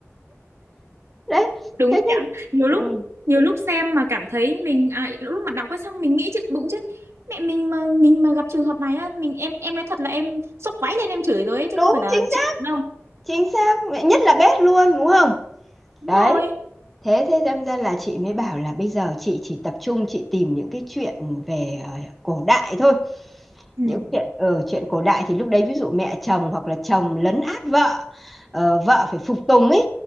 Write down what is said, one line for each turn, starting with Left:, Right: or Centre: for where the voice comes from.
Centre: đấy
Right: đúng
Centre: thế
Right: nhỉ
Centre: thế
Right: nhiều lúc
Centre: ừ,
Right: nhiều lúc xem mà cảm thấy mình à, lúc mà đọc ấy xong mình nghĩ chứ bụng chứ mẹ mình mà mình mà gặp trường hợp này á mình em em nói thật là em xốc váy lên em chửi rồi ấy chứ
Centre: đúng
Right: không phải là
Centre: chính
Right: chịu
Centre: xác
Right: đựng đâu
Centre: chính xác mẹ nhất là bếp luôn đúng không
Right: đúng
Centre: đấy
Right: rồi
Centre: thế thế đâm ra là chị mới bảo là bây giờ chị chỉ tập trung chị tìm những cái chuyện về ờ, cổ đại thôi
Right: ừ
Centre: những chuyện ở chuyện cổ đại thì lúc đấy ví dụ mẹ chồng hoặc là chồng lấn át vợ ờ, vợ phải phục tùng ấy